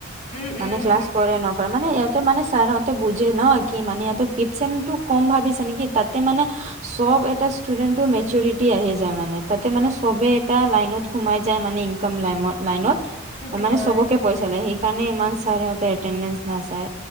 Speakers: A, on the left; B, on the right.
A: উমঁ উমঁ!
B: মানে ক্লাছ কৰে নকৰে মানে ইহতে মানে ছাৰহঁতে বুজে ন কি মানে ইহতে ফিফ চছেম টো কম ভাবিছে নেকি? তাতে মানে অচ চব এটা ষ্টুডেন্টৰ মেচৰিটি আহি যায় মানে তাতে মানে সবে এটা লাইনত সোমাই যায় মানে- ইকম লামত লাইনত-
A: সেইটো
B: মানে
A: হয়
B: সবকে পইচা লাগে সেইকাৰণে ইমান চাৰসতে এটেন্টচ নাচাই।